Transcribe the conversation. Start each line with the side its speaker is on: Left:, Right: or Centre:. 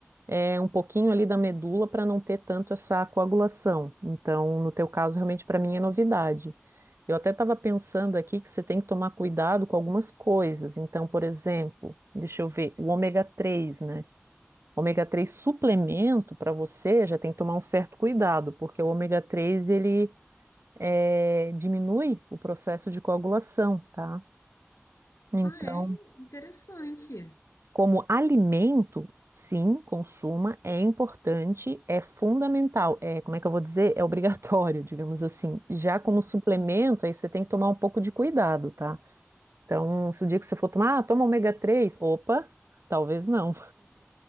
Right: é, um pouquinho ali da medula para não ter tanto essa coagulação. Então, no teu caso, realmente para mim é novidade. Eu até estava pensando aqui que você tem que tomar cuidado com algumas coisas. Então, por exemplo, deixa eu ver, o ômega 3, né? Ômega 3 suplemento para você já tem que tomar um certo cuidado, porque o ômega 3 ele eh, diminui o processo de coagulação, tá? Então,
Left: Ah, é interessante.
Right: como alimento, sim, consuma, é importante, é fundamental, é, como é que eu vou dizer? É obrigatório, <laughs> digamos assim. Já como suplemento, aí você tem que tomar um pouco de cuidado, tá? Então, se o dia que você for tomar, ah, toma ômega 3. opa, talvez não.